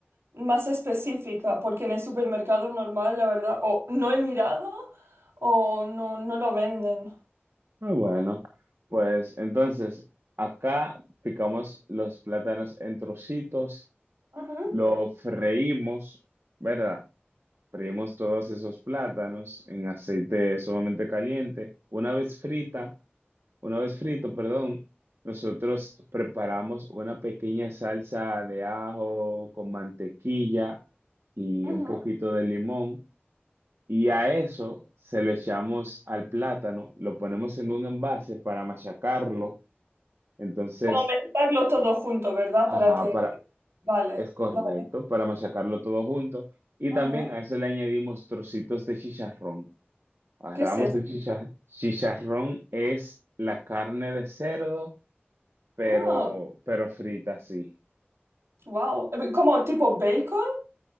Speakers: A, on the right; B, on the right.
A: más específica, porque en el supermercado normal, la verdad, o no he mirado o no, no lo venden.
B: Muy bueno, pues entonces acá picamos los plátanos en trocitos,
A: Ujú,
B: lo freímos, ¿verdad? Freímos todos esos plátanos en aceite sumamente caliente. Una vez frita, una vez frito, perdón, nosotros preparamos una pequeña salsa de ajo con mantequilla y
A: ujú.
B: un poquito de limón. Y a eso se lo echamos al plátano, lo ponemos en un envase para machacarlo. Entonces,
A: Como mezclarlo todo junto, ¿verdad?
B: ajá,
A: Para que...
B: para,
A: Vale,
B: es correcto,
A: vale.
B: para machacarlo todo junto. Y
A: Ajá.
B: también a eso le añadimos trocitos de chicharrón. Agarramos
A: ¿Qué es esto?
B: el chichar- chicharrón, es la carne de cerdo, pero,
A: Ah,
B: pero frita sí
A: wow. Como tipo bacon,